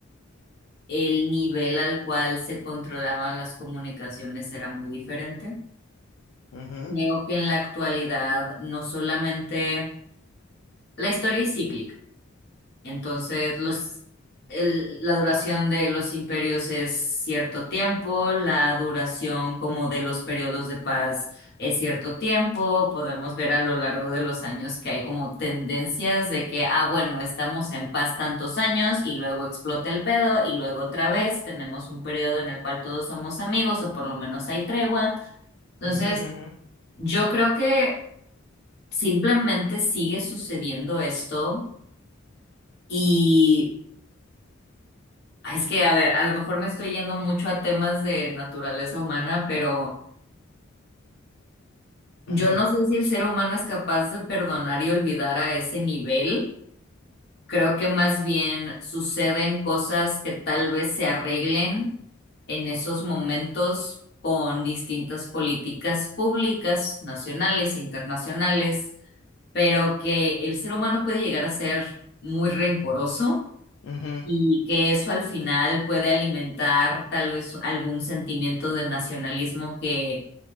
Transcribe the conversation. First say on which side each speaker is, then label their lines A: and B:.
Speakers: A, on the left; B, on the left.
A: el nivel al cual se controlaban las comunicaciones era muy diferente.
B: Ujú,
A: Creo que en la actualidad no solamente la historia es cíclica. Entonces, los, el- la duración de los imperios es cierto tiempo, la duración como de los periodos de paz es cierto tiempo. Podemos ver a lo largo de los años que hay como tendencias de que, ah, bueno, estamos en paz tantos años y luego explota el pedo y luego otra vez tenemos un periodo en el cual todos somos amigos o por lo menos hay tregua. Entonces,
B: ujú, ujú,
A: yo creo que simplemente sigue sucediendo esto y... Ah, Es que, a ver, a lo mejor me estoy yendo mucho a temas de naturaleza humana, pero
B: ujú,
A: yo no sé si el ser humano es capaz de perdonar y olvidar a ese nivel. Creo que más bien suceden cosas que tal vez se arreglen en esos momentos con distintas políticas públicas, nacionales, internacionales, pero que el ser humano puede llegar a ser muy rencoroso
B: ujú,
A: Y que eso al final puede alimentar tal vez algún sentimiento de nacionalismo que